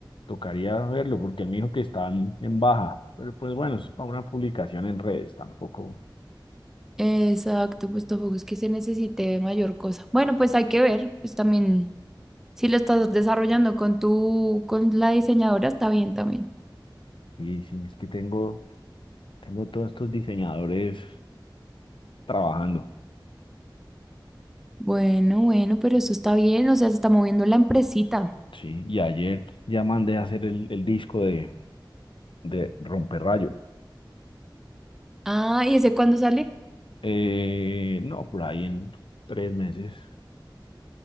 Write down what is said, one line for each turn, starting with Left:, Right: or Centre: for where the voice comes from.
Left: tocaría verlo porque él me dijo que están en baja, pero pues bueno, es para una publicación en redes, tampoco.
Centre: Exacto, pues tampoco es que se necesite mayor cosa. Bueno, pues hay que ver, pues también, si lo estás desarrollando con tu, con la diseñadora, está bien también.
Left: Sí, sí, es que tengo, tengo todos estos diseñadores trabajando,
Centre: Bueno, bueno, pero eso está bien, o sea, se está moviendo la empresita.
Left: sí, y ayer ya mandé a hacer el, el disco de, de Romperrayo.
Centre: Ah, ¿y ese cuándo sale?
Left: Eh, no, por ahí en tres meses.